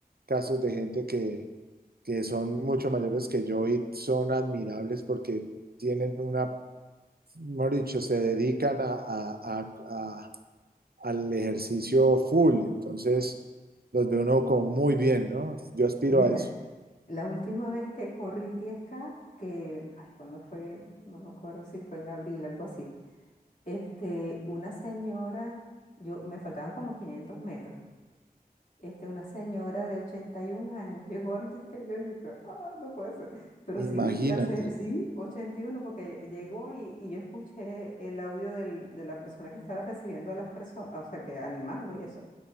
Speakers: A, on the right (about 70°); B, on the left (about 55°).
A: casos de gente que, que son mucho mayores que yo y son admirables porque tienen una, mejor dicho, se dedican a, a, a, a, al ejercicio full. Entonces, los ve uno como muy bien, ¿no? Yo aspiro
B: mira,
A: a eso.
B: la última vez que corrí 10K, que, ay, ¿cuándo fue? No me acuerdo si fue en abril, algo así. Este, una señora, yo, me faltaban como 500 metros. este, una señora de 81 años, llegó antes que yo, yo creo, ah, no puede ser. Pero sí,
A: Imagínate.
B: la se- sí, ochenta y uno porque llegó y, y yo escuché el audio del- de la persona que estaba recibiendo a las personas, o sea, que animando y eso.